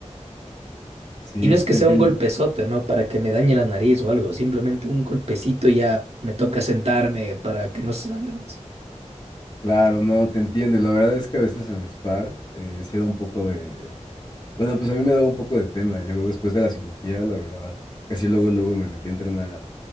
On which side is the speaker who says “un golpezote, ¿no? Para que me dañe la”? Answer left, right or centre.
Right